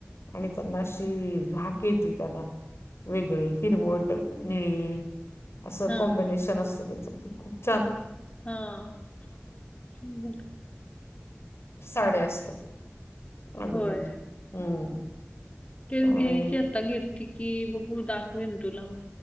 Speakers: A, on the left; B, on the left.
A: आणि त्यांना अशी झाक येती त्यांला. वेगळी हिरवट, निळी असं
B: हां,
A: कॉम्बिनेशन
B: हां,
A: असतं त्याचं आणखि खूप चाल
B: हा, हम.
A: साड्या असतात अगदी,
B: होय.
A: हम्म
B: तेच
A: आणि
B: घ्यायचेत आता घेतली की बघू दाखवेन तुला मग.